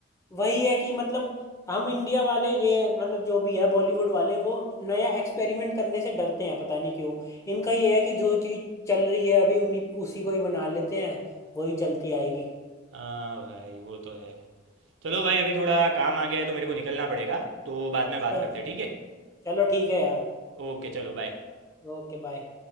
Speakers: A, on the left; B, on the right.
A: वही है कि मतलब हम इंडिया वाले ये मतलब जो भी है बॉलीवुड वाले वो नया एक्सपेरिमेंट करने से डरते हैं पता नहीं क्यों इनका ये है कि जो चीज चल रही है अभी उन्हीं उसी को ही बना लेते हैं वही चलती आएगी
B: हाँ भाई वो तो है चलो भाई अभी थोड़ा काम आ गया है तो मेरे को निकलना पड़ेगा तो बाद
A: अच्छा
B: में बात करते हैं ठीक है
A: चलो ठीक है यार
B: ओके चलो बाय
A: Okay bye